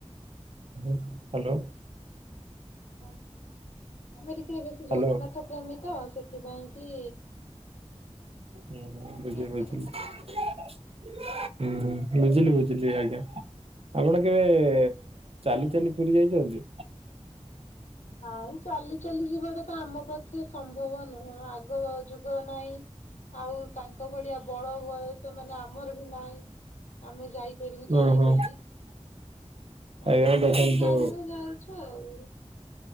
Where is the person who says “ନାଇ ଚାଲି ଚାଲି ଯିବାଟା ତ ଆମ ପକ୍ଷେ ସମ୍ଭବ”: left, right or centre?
Left